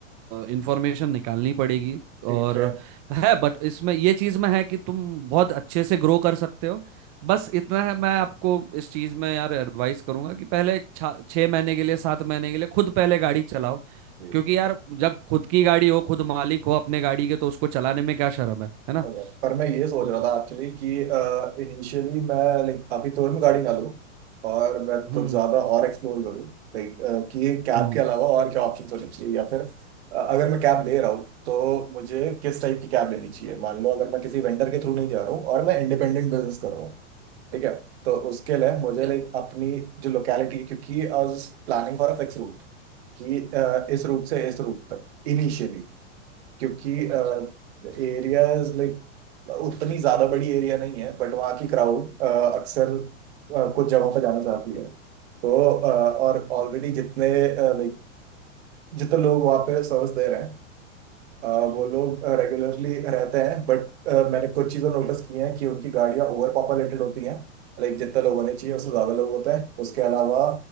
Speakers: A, on the right; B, on the right.
A: इंफॉर्मेशन निकालनी पड़ेगी
B: ठीक
A: और
B: है
A: है बट इसमें ये चीज में है कि तुम बहुत अच्छे से ग्रो कर सकते हो बस इतना है मैं आपको इस चीज में यार एडवाइस करूंगा कि पहले एक छा- छह महीने के लिए सात महीने के लिए खुद पहले गाड़ी चलाओ
B: जी
A: क्योंकि यार जब खुद की गाड़ी हो खुद मालिक हो अपने गाड़ी के तो उसको चलाने में क्या शर्म है है ना
B: ओके पर मैं ये सोच
A: तो
B: रहा था एक्चुअली कि इनिशियली मैं लाइक अभी तुरंत गाड़ी ना लूँ और मैं
A: हम्म
B: कुछ ज़्यादा और एक्सप्लोर करूँ लाइक कि कैब
A: हम्म
B: के अलावा और क्या ऑप्शन होने चाहिए या फिर अ, अगर मैं कैब ले रहा हूँ तो मुझे किस टाइप की कैब लेनी चाहिए मान लो अगर मैं किसी वेंडर के थ्रू नहीं जा रहा हूँ और मैं इंडिपेंडेंट बिजनेस कर रहा हूँ ठीक है तो उसके लिए मुझे
A: या-
B: लाइक अपनी जो लोकेलिटी क्योंकि I was planning for a fix route कि अ,
A: हम्म
B: इस रूट से इस रूट तक इनिशियली क्योंकि
A: अच्छा
B: एरियाज लाइक उतनी ज्यादा बड़ी एरिया नहीं है बट वहाँ की क्राउड अक्सर अ, कुछ जगहों पर जाना चाहती है तो अ, और
A: हम्म
B: ऑलरेडी जितने लाइक जितने लोग वहाँ पे सर्विस दे रहे हैं अ,
A: हम्म
B: वो लोग रेगुलरली रहते हैं बट मैंने कुछ चीज़ें नोटिस की हैं कि उनकी गाड़ियाँ ओवर पॉपुलेटेड होती हैं लाइक जितने लोग होने चाहिए
A: हम्म
B: उससे
A: हम्म
B: ज़्यादा लोग होते हैं उसके अलावा